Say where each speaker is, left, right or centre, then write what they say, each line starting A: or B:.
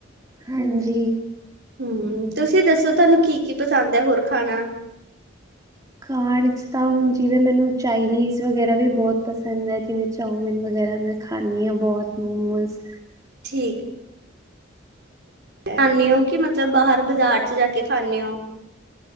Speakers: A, on the right; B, on the right.
A: ਹਾਂਜੀ
B: ਹਮ ਤੁਸੀਂ ਦੱਸੋ ਤੁਹਾਨੂੰ ਕੀ ਕੀ ਪਸੰਦ ਹੈ ਹੋਰ ਖਾਣਾ
A: ਖਾਣ ਚ ਤਾਂ ਹੁਣ ਜਿਵੇਂ ਮੈਨੂੰ ਚਾਈਨੀਜ਼ ਵਗੈਰਾ ਵੀ ਬਹੁਤ ਪਸੰਦ ਹੈ ਜਿਵੇਂ ਚਾਮਿਨ ਵਗੈਰਾ ਮੈਂ ਖਾਂਦੀ ਹਾਂ ਬਹੁਤ ਮੋਮੋਸ
B: ਠੀਕ ਖਾਂਦੇ ਹੋ ਕਿ ਮਤਲਬ ਬਾਹਰ ਬਾਜ਼ਾਰ ਚ ਜਾ ਕੇ ਖਾਂਦੇ ਹੋ